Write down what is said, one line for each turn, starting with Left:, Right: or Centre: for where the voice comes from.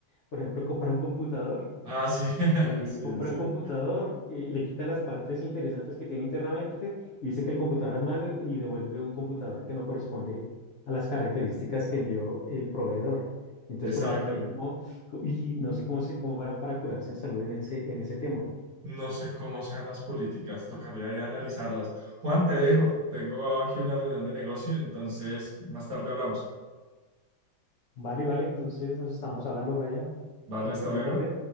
Left: por ejemplo, compra un computador
Right: Ah, sí, <laughs>
Left: eh,
Right: sí,
Left: compra
Right: sí, sí.
Left: un computador, eh, le quita las partes interesantes que tiene internamente y dice que el computador es malo y devuelve un computador que no corresponde a las características que envió el proveedor. Entonces,
Right: exacto.
Left: por ejemplo, hay como, co- y no sé cómo se, cómo harán para curarse en salud en ese, en ese tema.
Right: No sé cómo sean las políticas, tocaría ya analizarlas. Juan, te dejo. Tengo aquí una reunión de negocio, entonces más tarde hablamos.
Left: Vale, vale, entonces nos estamos hablando, Brian.
Right: Vale,
Left: Muy
Right: hasta
Left: buena
Right: luego.
Left: tarde.